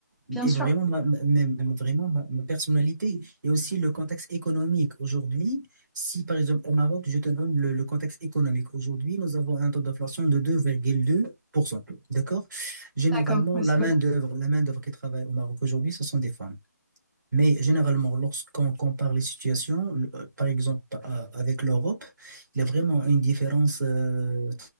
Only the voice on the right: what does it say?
et
vraiment ma, ma- ma- ma- vraiment ma, ma personnalité et aussi le contexte économique. Aujourd'hui, si par exemple au Maroc, je te donne le, le contexte économique, aujourd'hui, nous avons un taux d'inflation de deux deux virgule deux pour cent. D'accord? Généralement,
la
main-d'œuvre,
la main-d'œuvre qui travaille au Maroc aujourd'hui, ce sont des femmes. Mais généralement, lorsqu'on compare les situations, le- euh, par exemple à- avec l'Europe, il y a vraiment une différence euh,